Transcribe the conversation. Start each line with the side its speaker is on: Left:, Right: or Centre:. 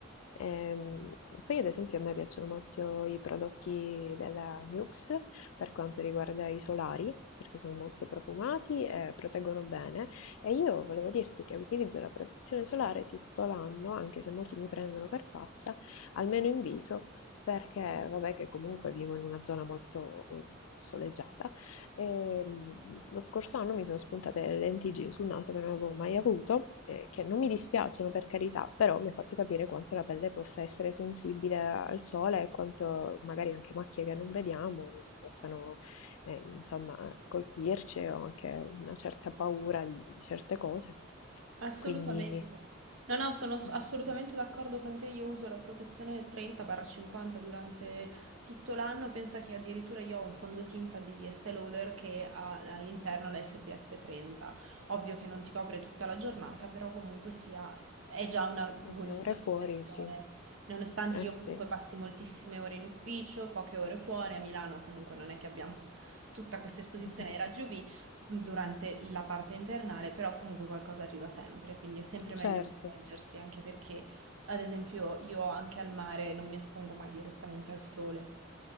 Left: Ehm, poi ad esempio a me piacciono molto i prodotti della Nuxe per quanto riguarda i solari, perché sono molto profumati e proteggono bene. E io volevo dirti che utilizzo la protezione solare tutto l'anno, anche se molti mi prendono per pazza, almeno in viso, perché vabbè che comunque vivo in una zona molto eh, soleggiata. E, mh, lo scorso anno mi sono spuntate le lentiggini sul naso che non avevo mai avuto, eh, che non mi dispiacciono per carità, però mi ha fatto capire quanto la pelle possa essere sensibile al sole e quanto magari anche macchie che non vediamo possano, eh, insomma, colpirci o anche una certa paura di, di certe cose.
Right: Assolutamente.
Left: Quindi,
Right: No, no, sono s-
Left: insomma,
Right: assolutamente d'accordo con te. Io uso la protezione 30-50 durante tutto l'anno. Pensa che addirittura io ho un fondotinta di Estée Lauder che ha all'interno la SPF 30. Ovvio che non ti copre tutta la giornata, però comunque sia, è già una buonissima
Left: le ore fuori,
Right: protezione.
Left: sì.
Right: Nonostante
Left: Eh
Right: io comunque
Left: sì,
Right: passi moltissime ore in ufficio, poche ore fuori, a Milano comunque non è che abbiamo <laughs> tutta questa esposizione
Left: <laughs>
Right: ai raggi UV, durante la parte invernale, però comunque qualcosa arriva sempre, quindi è sempre meglio
Left: certo,
Right: proteggersi, anche perché, ad esempio, io anche al mare non mi espongo mai direttamente al sole,